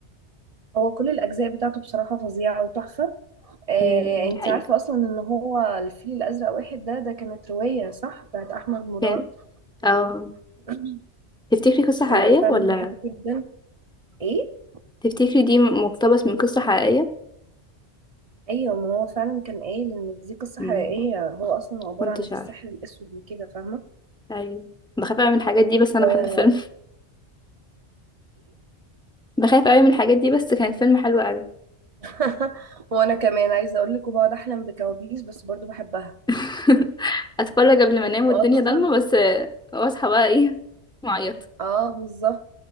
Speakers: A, on the right (about 35°); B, in the centre.
A: هو كل الاجزاء بتاعته بصراحه فظيعه وتحفه آه،
B: امم
A: انت
B: دي حقيقة
A: عارفه اصلا ان هو الفيل الازرق واحد ده ده كانت روايه صح بتاعت احمد مراد
B: كان او
A: <clears throat>
B: تفتكري قصة حقيقية
A: انا فعلا
B: ولا
A: بحبه جدا ايه
B: تفتكري دي مقتبس من قصة حقيقية
A: ايوه ما هو فعلا كان قايل ان دي قصه
B: امم
A: حقيقيه هو اصلا عباره
B: كنتش
A: عن السحر
B: عارفة
A: الاسود وكده فاهمه
B: ايوه بخاف قوي من الحاجات دي بس انا
A: وايه
B: بحب الفيلم <laughs> بخاف قوي من الحاجات دي بس كان الفيلم حلو قوي
A: <laughs> وانا كمان عايزه اقول لك وبقعد احلم بكوابيس بس برضو بحبها
B: <laughs> اتفرج قبل ما انام والدنيا
A: واصلا
B: ضلمة بس آه، واصحى بقى ايه معيط
A: اه بالظبط